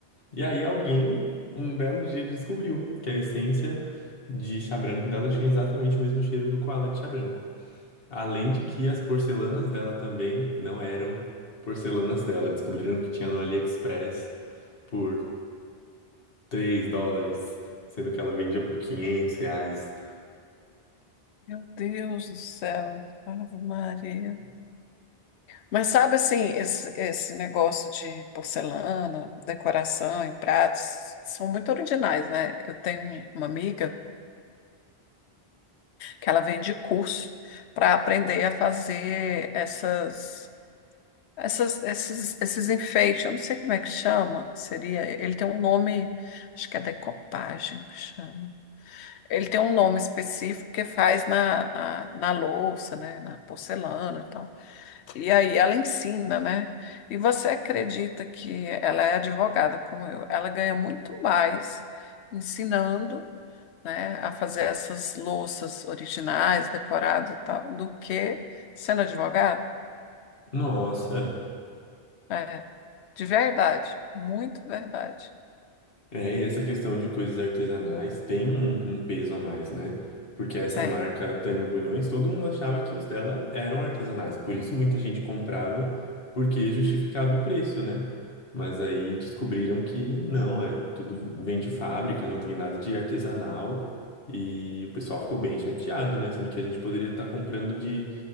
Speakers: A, on the left; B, on the left.
A: E aí alguém, um belo dia, descobriu que a essência de chá branco dela tinha exatamente o mesmo cheiro do koala de chá branco. Além de que as porcelanas dela também não eram porcelanas dela, descobriram que tinha no AliExpress por 3 dólares, sendo que ela vendia por 500 reais.
B: Meu Deus do céu, Ave Maria. Mas sabe assim, esse, esse negócio de porcelana, decoração e pratos são muito originais, né? Eu tenho um- uma amiga que ela vende curso para aprender a fazer essas, essas, esses, esses enfeites. Eu não sei como é que chama. Seria, ele tem um nome, acho que é decopagem que chama. Ele tem um nome específico que faz na, na, na louça, né? Na porcelana e tal. E aí ela ensina, né? E você acredita que ela é advogada como eu? Ela ganha muito mais ensinando, né, a fazer essas louças originais, decoradas e tal, do que sendo advogada?
A: Nossa,
B: É, de verdade, muito verdade.
A: é, e essa questão de coisas artesanais tem um, um peso a mais, né? Porque essa
B: Tem.
A: marca Tânia Bulhões, todo mundo achava que os dela eram artesanais, por isso muita gente comprava, porque justificava o preço, né? Mas aí descobriram que não, é tudo vem de fábrica, não tem nada de artesanal, e o pessoal ficou bem chateado, né? Sendo que a gente poderia estar comprando de,